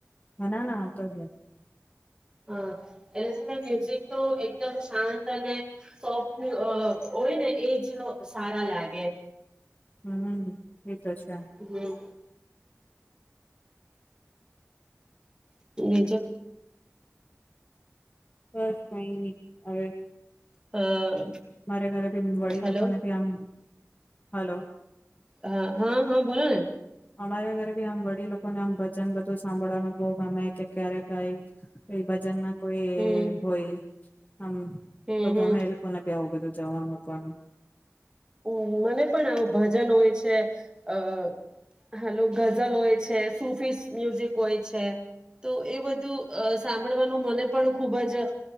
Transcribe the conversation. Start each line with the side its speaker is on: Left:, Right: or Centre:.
Left: હના ના આવતો જ
Right: હા એટલે તને મ્યુઝિક તો એકદમ શાંત અને સોફ્ટ હોય ને એ જ સારા લાગે
Left: હમ વિતોષા
Right: હમ એજો
Left: બસ કઈ નઈ હવે
Right: અ
Left: મારે ઘરે ભી વડી
Right: હલો
Left: લોકો ને ભી આમ હલો
Right: હા હા હા બોલો ને
Left: અમારા ઘરે ભી આમ વડી લોકો ને આમ ભજન બધું સાંભળવાનું બહ ગમે કે ક્યારે કઈ કો ભજન ના કોઈ
Right: હમ
Left: હોય હમ
Right: હમ
Left: તો
Right: હમ
Left: ગમે એ લોકોને પ આવ તો જવા મકવાનું
Right: હમ મને પણ આવું ભજન હોય છે અ હલો ગઝલ હોય છે સુફી મ્યુઝિક હોય છે તો એ બધું અ સાંભળવાનું મને પણ ખૂબ જ